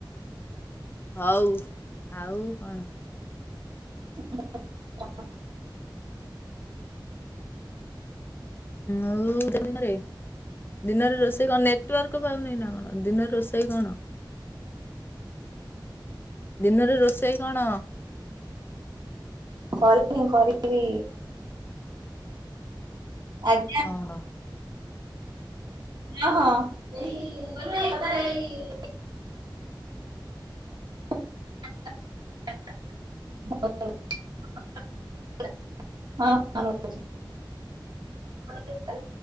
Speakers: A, on the left (about 25°); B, on the right (about 60°).
A: ହଉ ଆଉ କଣ?
B: ଆ <unintelligible>
A: ଆଉ ଦିନରେ ଦିନରେ ରୋଷେଇ କଣ ନେଟୱାର୍କ ପାଉନି ନା କଣ ଦିନରେ ରୋଷେଇ କଣ? ଦିନରେ ରୋଷେଇ କଣ?
B: କନି କରିବି ଆଜ୍ଞା।
A: ଓହୋ
B: ଅହ <unintelligible> ହଉ <unintelligible> ହଁ ହ <unintelligible>